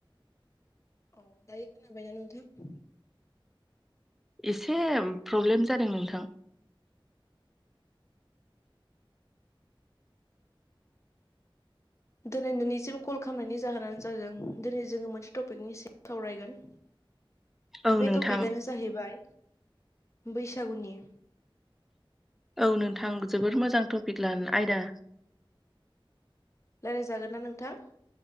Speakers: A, on the left; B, in the centre.
A: औ दायो खोनाबाय नोंथां
B: एसे प्रब्लेम जादों नोंथां
A: दिनै नोंनिसिम कल खालामनायनि जाहोनानो जादों दिनै जोङो मोनसे टपिकनिसिम सावरायगोन
B: औ
A: बे
B: नोंथां
A: टपिकआनो जाहैबाय बैसागुनि
B: औ नोंथां जोबद मोजां टपिक लानो आयदा
A: रायज्लायजागोन नना नोंथां